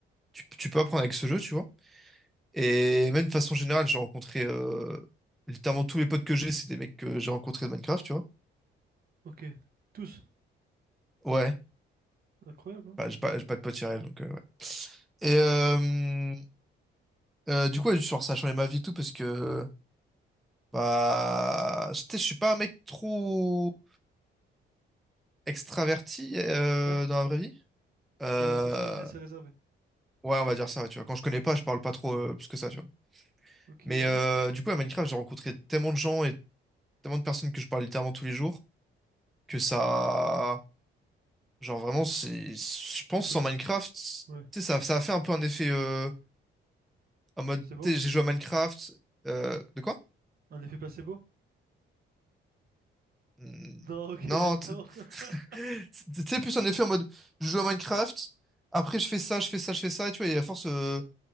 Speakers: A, in the centre; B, on the right.
A: tu, tu peux apprendre avec ce jeu, tu vois. Et même de façon générale, j'ai rencontré euh, littéralement tous les potes que j'ai, c'est des mecs que j'ai rencontrés de Minecraft, tu vois.
B: Ok. Tous.
A: Ouais.
B: Incroyable, hein?
A: Bah, j'ai pas, j'ai pas de pote Irel, donc euh, ouais. Et euh, euh, du coup, ouais, genre, ça a changé ma vie et tout parce que bah, je sais, je suis pas un mec trop extraverti euh,
B: Ouais.
A: dans la vraie vie. Euh,
B: T'es assez timide, assez réservé.
A: ouais, on va dire ça, ouais, tu vois. Quand je connais pas, je parle pas trop euh, plus que ça, tu vois.
B: Ok,
A: Mais
B: ouais.
A: euh, du coup, à Minecraft, j'ai rencontré tellement de gens et tellement de personnes que je parle littéralement tous les jours que ça, genre vraiment, c'est, je pense
B: Un peu...
A: sans Minecraft, tu
B: Ouais.
A: sais, ça, ça a fait un peu un effet euh, en mode,
B: C'est beau?
A: tu sais, j'ai joué à Minecraft. Euh, de quoi?
B: Un effet placebo?
A: Hmm,
B: Non, ok, rien
A: Non,
B: à
A: tu
B: voir. <laughs>
A: <laughs> tu- sais, plus en effet en mode, je joue à Minecraft, après je fais ça, je fais ça, je fais ça, et tu vois, et à force, euh,